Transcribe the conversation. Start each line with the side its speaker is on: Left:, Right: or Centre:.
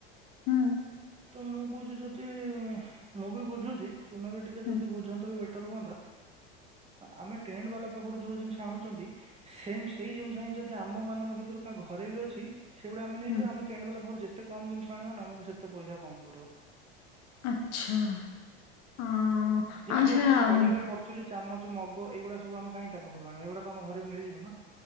Left: ହୁଁ।
Right: ତ ମୁଁ କହୁଛି ଯଦି ସେ ମୁଁ ବି ବୁଝୁଛି। ତୁମେ ବି ଟିକେ
Left: ହୁଁ
Right: ଯଦି ବୁଝନ୍ତ ବି ରୁହନ୍ତା ଆମେ ଟେଣ୍ଟ ବାଲା ପାଖରୁ ଯୋଉ ଜିନିଷ ଆଣୁଛନ୍ତି ସେମ ସେଇ ଜିନିଷ ହିଁ ଯଦି ଆମ ମାନଙ୍କ ଭିତରୁ କା ଘରେ ବି ଅଛି ସେଗୁଡା ଆମେ ନେଇଯିବା
Left: ହୁଁ
Right: ଆମେ ଟେଣ୍ଡ ବାଲା ପାଖରୁ ଯେତେ କମ ଜିନିଷ ଆଣିବ ନା ଆମକୁ ସେତେ ପଇସା କମ ପଡିବ।
Left: ଆଚ୍ଛା ଅ
Right: ଯେମିତି
Left: ଆଚ୍ଛା
Right: ଆମର ଖଡିକା କରୁଚୁଲି ଚାମଚ ଯୋଉମଗ ଏଗୁଡା ସବୁ ଆମେ କହିଁ ତା ପାଖରୁ ଆଣିବା ଏଇଗୁଡା ତ ଆମ ଘରେ ମିଳିଯିବ ନା